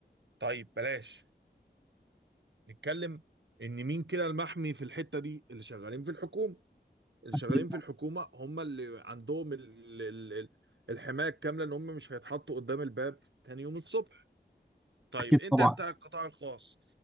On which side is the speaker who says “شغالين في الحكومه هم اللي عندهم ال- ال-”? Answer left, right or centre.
Right